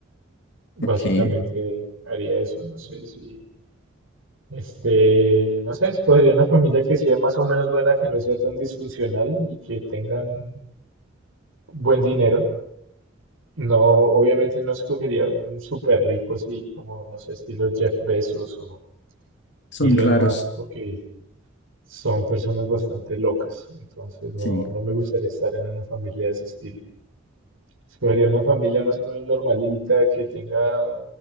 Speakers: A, on the right (about 80°); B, on the left (about 60°).
A: Básicamente
B: ok,
A: haría eso, no sé si, este, no sé, escogería una familia que sea más o menos buena, que no sea tan disfuncional y que tengan buen dinero. No, obviamente no escogería un súper rico así como, no sé, estilo Jeff Bezos o
B: son
A: Elon
B: raros,
A: Musk, porque son personas bastante locas, entonces no,
B: sí.
A: no me gustaría estar en una familia de ese estilo. Escogería una familia más o menos normalita, que tenga